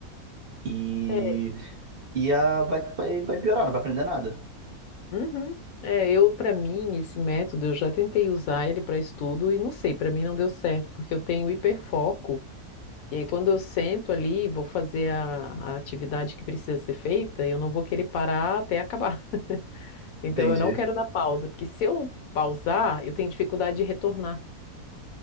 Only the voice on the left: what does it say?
É.
Uhum. É, eu para mim esse método eu já tentei usar ele para estudo e não sei, para mim não deu certo, porque eu tenho hiperfoco E aí, quando eu sento ali, e vou fazer a, a atividade que precisa ser feita, eu não vou querer parar até acabar. <laughs> Então,
eu não quero dar pausa, porque se eu pausar, eu tenho dificuldade de retornar.